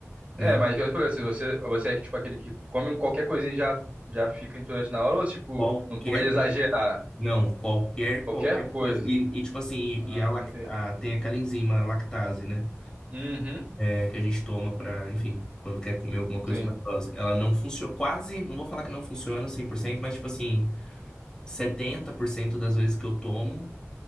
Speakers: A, on the left; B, on the right.
A: né?
B: É, mas eu falei, se você, você é tipo aquele que come qualquer coisinha e já, já fica intolerante na hora, ou tipo,
A: Qualquer,
B: não pode exagerar
A: não, qualquer,
B: qualquer
A: qualquer
B: coisa.
A: coisa. E, e, tipo assim, e,
B: Ah,
A: e a, lac-
B: entendi.
A: a- tem aquela enzima lactase, né?
B: Uhum.
A: é, que a gente toma para, enfim, quando quer comer alguma coisa
B: Sim.
A: com lactose. Ela não funciona, quase, não vou falar que não funciona cem por cento mas tipo assim, 70% das vezes que eu tomo,